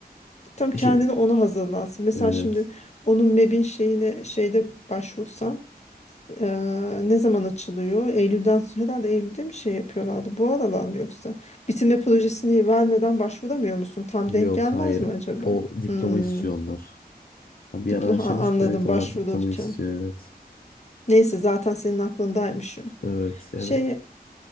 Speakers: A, on the left; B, on the left.
A: Tam kendini
B: İşte
A: ona hazırlansın. Mesela
B: evet
A: şimdi onun MEB'in şeyine şeyde başvursan eee, ne zaman açılıyor? Eylül'den sonra herhalde Eylül'de mi şey yapıyorlardı? Bu aralar mı yoksa? Bitirme projesini vermeden başvuramıyor musun? Tam
B: yok
A: denk gelmez
B: hayır
A: mi acaba?
B: o diploma
A: Hmm.
B: istiyor onlar. Ben bir
A: Diploma
B: ara araştırmış
A: anladım
B: evet onlar
A: başvururken.
B: diploma istiyor evet.
A: Neyse zaten senin aklındaymış o.
B: Evet yani
A: Şey